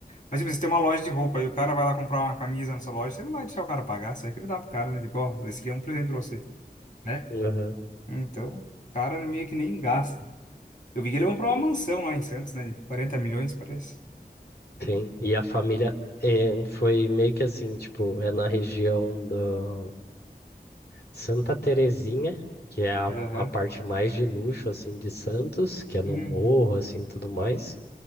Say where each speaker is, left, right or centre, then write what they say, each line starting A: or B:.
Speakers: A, on the left (about 50°); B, on the left (about 75°).
A: Mas, tipo, assim, você tem uma loja de roupa e o cara vai lá comprar uma camisa na sua loja, você não vai deixar o cara pagar, você vai querer dar pro cara, né? Tipo, ó, esse aqui é um presente pra você, né?
B: Aham.
A: Então, o cara meio que nem gasta. Eu vi que ele comprou uma mansão lá em Santos, né? de 40 milhões, parece.
B: Sim. E a família é, foi meio que assim, tipo, é na região da Santa Terezinha, que é a,
A: Aham.
B: a parte mais de luxo assim de Santos, que é no
A: Uhum.
B: morro assim, tudo mais.